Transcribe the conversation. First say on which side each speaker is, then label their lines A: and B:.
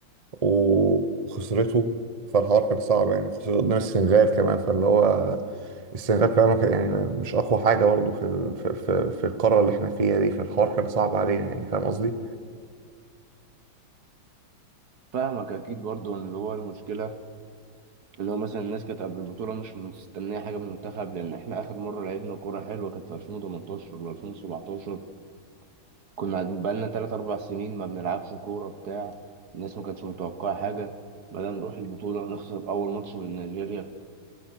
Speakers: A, on the right; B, on the right.
A: وخسرته فالحوار كان صعب يعني خسرت قدام السنغال كمان فاللي هو السنغال كمان ما كان- يعني مش أقوى حاجة برضه في ال- في في في القارة اللي احنا فيها دي فالحوار كان صعب علينا يعني فاهم قصدي؟
B: فاهمك أكيد برضو إن اللي هو المشكلة اللي هو مثلا الناس كانت قبل البطولة مش مستنية حاجة من المنتخب لأن إحنا آخر مرة لعبنا كورة حلوة كانت في 2018 ولا 2017 كنا قاعدين بقالنا تلات أربع سنين ما بنلعبش كورة بتاع الناس ما كانتش متوقعة حاجة بدأنا نروح البطولة نخسر أول ماتش من نيجيريا